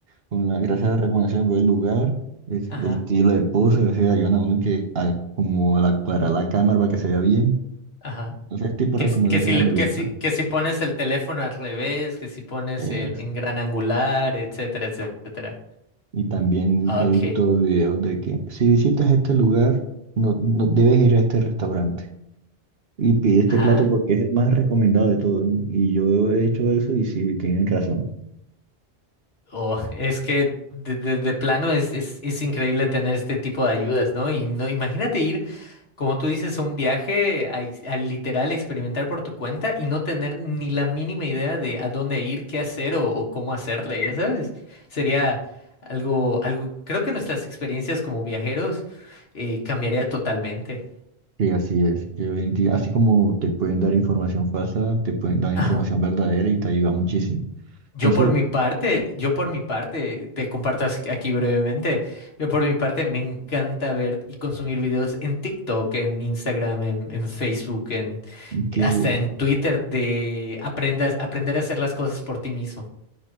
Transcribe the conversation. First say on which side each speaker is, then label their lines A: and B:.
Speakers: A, on the right (about 70°); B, on the left (about 75°).
A: con la, gracias a las recomendaciones, veo el lugar, es-
B: Ajá,
A: el, estilo de pose, o sea, ayudan a uno que a- como a la, aclarar la cámara para que se vea bien.
B: ajá.
A: Ese tipo
B: Que,
A: de
B: s-
A: recomendaciones
B: que si, le-
A: me
B: que
A: gusta.
B: si, que si pones el teléfono al revés, que si pones
A: Es-
B: el, en gran angular, etcétera, etcétera.
A: y también
B: Ok.
A: he visto videos de que si visitas este lugar, no, no debes ir a este restaurante. y pide este
B: Ah,
A: plato porque es el más recomendado de todos. Y yo he hecho eso y sí, tienen razón.
B: oh, es que de, de- de plano es, es, es increíble tener este tipo de ayudas, ¿no? Y no, imagínate ir Como tú dices, un viaje a ex- a literal experimentar por tu cuenta y no tener ni la mínima idea de a dónde ir, qué hacer o, o cómo hacerle, ya sabes, sería algo, algo, creo que nuestras experiencias como viajeros eh, cambiaría totalmente.
A: Sí, así es. Que hoy en día, así como te pueden dar información falsa, te pueden dar
B: Ajá.
A: información verdadera y te ayuda muchísimo.
B: Yo
A: Entonces,
B: por mi parte, yo por mi parte, te comparto as- aquí brevemente, yo por mi parte me encanta ver y consumir videos en TikTok, en Instagram, en, en Facebook, en,
A: que,
B: hasta en Twitter de aprendas, aprender a hacer las cosas por ti mismo.